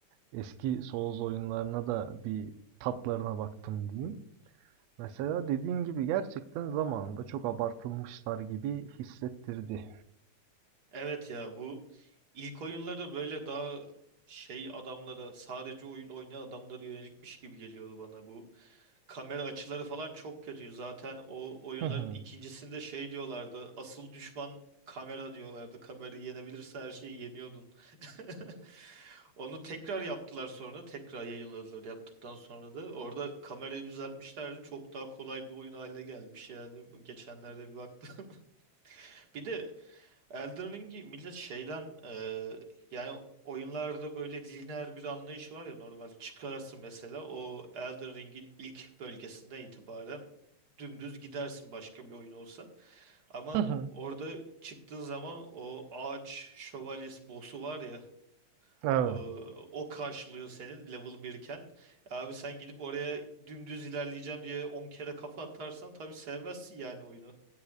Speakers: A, on the right (about 75°); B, on the right (about 40°).
A: eski Souls oyunlarına da bir tatlarına baktım diyeyim. Mesela dediğin gibi gerçekten zamanında çok abartılmışlar gibi hissettirdi.
B: Evet ya bu ilk oyunları böyle daha şey adamlara sadece oyun oynayan adamlara yönelikmiş gibi geliyordu bana bu. Kamera açıları falan çok kötü. Zaten o oyunların
A: Hı hı.
B: ikincisinde şey diyorlardı. Asıl düşman kamera diyorlardı. Kamerayı yenebilirse her şeyi yeniyordun. <laughs> Onu tekrar yaptılar sonra. Tekrar yayınladılar yaptıktan sonra da. Orada kamerayı düzeltmişlerdi. Çok daha kolay bir oyun haline gelmiş yani. Geçenlerde bir baktım. <laughs> Bir de Elden Ring'i millet şeyden e, yani oyunlarda böyle lineer bir anlayış var ya normalde çıkarsın mesela o Elden Ring'in ilk bölgesinden itibaren dümdüz gidersin başka bir oyun olsa. Ama
A: Hı hı.
B: orada çıktığın zaman o ağaç şövalyesi boss'u var ya
A: Evet.
B: e, o karşılıyor seni level 1 iken. Abi sen gidip oraya dümdüz ilerleyeceğim diye 10 kere kafa atarsan tabii sevmezsin yani oyunu.